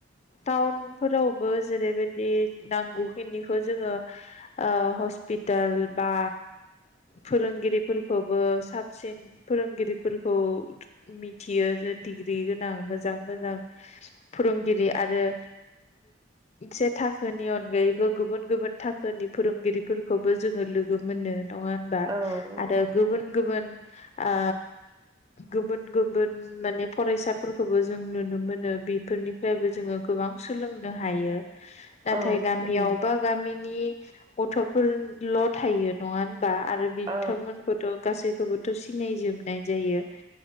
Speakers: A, on the left (about 35°); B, on the right (about 20°).
A: टाउन फोरावबो जेरैबायदि नांगौ खिनिखौ जोङो ओ हस्पिटाल बा फोरोंगिरिफोरखौ बो साबसिन फोरोंगिरिफोरखौ मिथियो जे डिग्रि गोनां मोजां मोजां फोरोंगिरि आरो से थाखोनि अनगायै बो गुबुन गुबुन थाखोनि फोरोंगिरिफोरखौबो जोङो लोगो मोनो नङा होनबा
B: औ
A: आरो गुबुन गुबुन ओ गुबुन गुबुन माने फरायसाफोरखौबो जों नुनो मोनो बे फोरनिफ्रायबो जोङो गोबां सोलोंनो हायो नाथाय
B: औ
A: गामियाव बा गामिनि गथ'फोरल' थायो नङा बा आरो बिथांमोनखौथ'
B: औ
A: गासैखौबोथ सिनायजोबनाय जायो